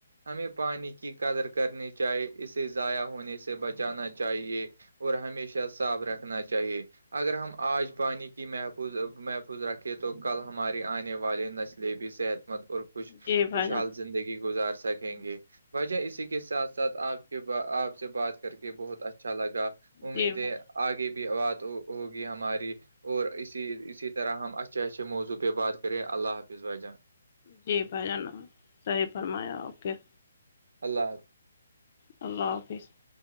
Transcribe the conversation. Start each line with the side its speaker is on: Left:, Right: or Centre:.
Right: ہمیں پانی کی قدر کرنی چاہیے اسے ضائع ہونے سے بچانا چاہیے <unintelligible> اور ہمیشہ صاف رکھنا چاہیے اگر ہم آج پانی کی محفوظ محفوظ رکھیں تو کل ہمارے آنے والے نسل بھی صحت مت اور خوش <unintelligible>
Left: جی بھائی جان
Right: زندگی گزار سکیں گے وجہ اسی کے ساتھ ساتھ آپ کے آپ سے بات کر کے <unintelligible> کہ بہت اچھا لگا امید
Left: جی بھائی
Right: ہے آگے بھی بات ہوگی ہماری <unintelligible> اور اسی اسی طرح ہم اچھے اچھے موضوع پہ بات کریں اللہ حافظ وجاں
Left: جی بائی جانا صحیح فرمایا اوکے <unintelligible>
Right: اللہ حفظ <unintelligible>
Left: اللہ حافظ <unintelligible>